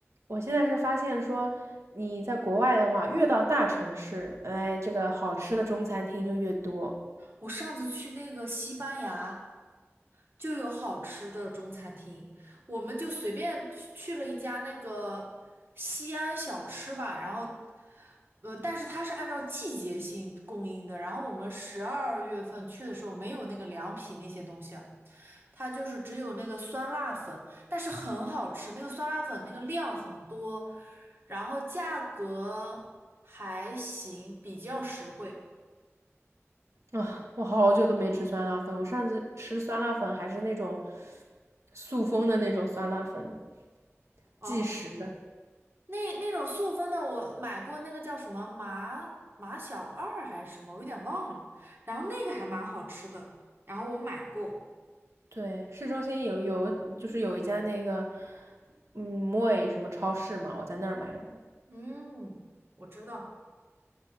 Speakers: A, on the right (about 70°); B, on the right (about 50°).
A: 我现在是发现说，你在国外的话，越到大城市，哎，这个好吃的中餐厅就越多
B: 我上次去那个西班牙就有好吃的中餐厅，我们就随便去去了一家那个西安小吃吧，然后。呃，但是它是按照季节性供应的，然后我们十二月份去的时候没有那个凉皮那些东西，它就是只有那个酸辣粉，但是很好吃，那个酸辣粉那个量很多，然后价格还行，比较实惠。
A: 啊！我好久都没吃酸辣粉，我上次吃酸辣粉还是那种速封的那种酸辣粉，
B: 哦，
A: 即食的。
B: 那那种速分的，我买过那个叫什么麻麻小二还是什么，我有点忘了。然后那个还蛮好吃的，然后我买过。
A: 对，市中心有有就是有一家那个，嗯，moi 什么超市嘛，我在那儿买的。
B: 嗯，我知道，